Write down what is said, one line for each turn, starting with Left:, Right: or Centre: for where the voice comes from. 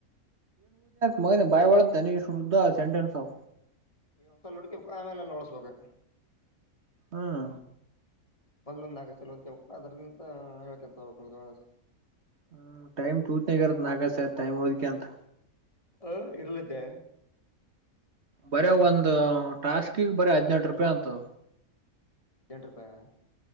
Right: ಮ ಬಾಯ ಒಳ ಸೆಂಟೆನ್ಸ್ ಹ
Left: ನೀ ಒಂದಸಲ ಹುಡ್ಕಿಬೇಕ ಆಮೇಲೆ ಎಲ್ಲ ಉಳಸ್ಬೇಕು
Right: ಹ್ಮ್
Left: ಬದ್ಲೊಂದು ಆಾಗಲೋದ ಅದ್ರಿಂತ ಹೇಳೇಳ್ಕಂತ ಹೋಗಬೇಕ
Right: ಹ್ಮ್ ಟೈಮ್ ತೂತನ <unintelligible> ನಕ ಟೈಮ್ ಹದಕ್ಕೆ ಅಂತ
Left: ಹಹ ಇರ್ಲಿದ್ದೆ
Right: ಬರ ಒಂದ್ ಟಾಸ್ಕಗ್ ಬರ ಹದ್ನಂಟ ರೂಪಾಯಿ ಅಂತದ.
Left: ಹದಿನೆಂಟು ರೂಪಾಯಿ